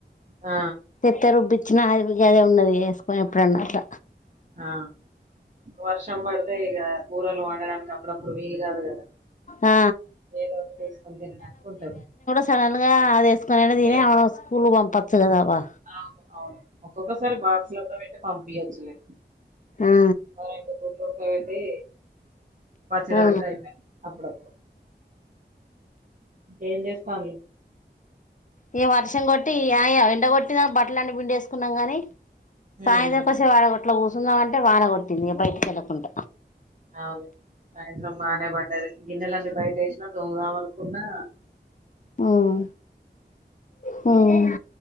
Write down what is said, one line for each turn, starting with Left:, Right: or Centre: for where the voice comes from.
Right: ఆ
Left: ట్ల రుబ్బచ్చినా అది గదే ఉన్నది వేసుకొని ఎప్పుడన్నా అట్ల
Right: ఆ వర్షం పడుతే ఇగ కూరలు వం తినడానికి అప్పుడప్పుడు వీలు కాదు కదా
Left: ఆ
Right: ఏదో ఒక వేసుకొని తినడానికి ఉంటది
Left: సడన్గ్ అది వేసుకోని తీని
Right: ఏ
Left: అవు స్కూల్ పంపచ్చు కద బా
Right: అవును అవును ఒక్కొక్కసారి బాక్స్ లో కూడా పెట్టి పంపియొచ్చులే
Left: ఆ
Right: ఒ రెండు గుడ్లు ఉండక పెట్టి పచ్చడ
Left: ఆ
Right: పెడితే అయి పోయే అప్పుడప్పుడు ఏం చేస్తాల్లు
Left: ఇగ వర్షం కొట్టి ఈ అయా ఎండగొట్టిన బట్టలన్ని పిండేసుకున్నాం గాని
Right: హ్మ్.
Left: సాయంత్రంకో సేపట్ల కూర్చుదంమంటే వానగ కోట్టింది ఇగ బయటికేళ్ళకుంట
Right: అవును సాయంత్రం బనే పడ్డాదీ గిన్నెలన్నీ బయట వేసినా తొమ్ముదామనుకున్నా
Left: మ్ మ్